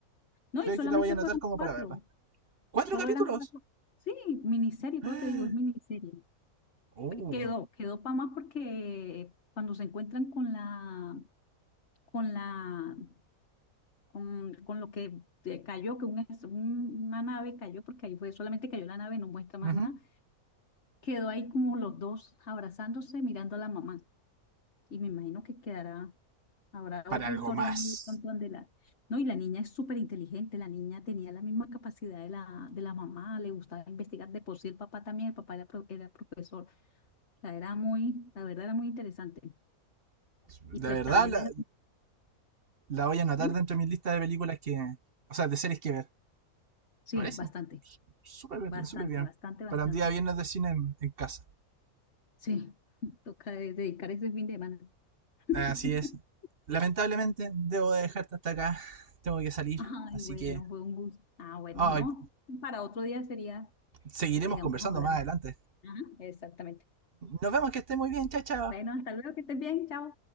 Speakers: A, on the left; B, on the right.
A: No,
B: Creo
A: y solamente
B: que la voy a anotar
A: fueron
B: como
A: cuatro,
B: para verla. ¿Cuatro
A: solo
B: capítulos?
A: eran cuatro. Sí, miniserie,
B: <gasps>
A: pero
B: ¡Ah!
A: te digo, es miniserie.
B: Oh,
A: Pe- Quedó, quedó para más porque cuando se encuentran con la, con la con, con lo que eh, cayó, que un es- un- una nave cayó, porque ahí fue, solamente cayó la nave, no muestra más
B: ujú,
A: nada. Quedó ahí como los dos abrazándose, mirando a la mamá. Y me imagino que quedará, habrá
B: Para
A: otra
B: algo
A: historia
B: más.
A: más de pronto donde la... No, y la niña es súper inteligente, la niña tenía la misma capacidad de la, de la mamá, le gustaba investigar, de por sí el papá también, el papá era, pro- era profesor, la era muy, la verdad era muy interesante.
B: De
A: Y pues
B: verdad
A: también
B: la,
A: le...
B: la voy a anotar
A: Dime,
B: dentro de mi lista de películas que... O sea, de series que ver.
A: sí,
B: ¿Me parece?
A: bastante,
B: Súper bien,
A: bastante,
B: súper bien.
A: bastante, bastante.
B: Para un día viernes de cine en, en casa.
A: Sí. Toca de- dedicar ese fin de semana. <laughs>
B: Así es. Lamentablemente debo de dejarte hasta acá. <laughs> Tengo que salir.
A: Ay,
B: Así
A: bueno,
B: que...
A: fue un gusto. Ah, bueno,
B: ay,
A: no. Para otro día sería
B: seguiremos
A: que sigamos
B: conversando
A: hablando.
B: más adelante.
A: Ajá. Exactamente.
B: Nos vemos, que esté muy bien. Chao, chao.
A: Bueno, hasta luego, que estés bien. Chao.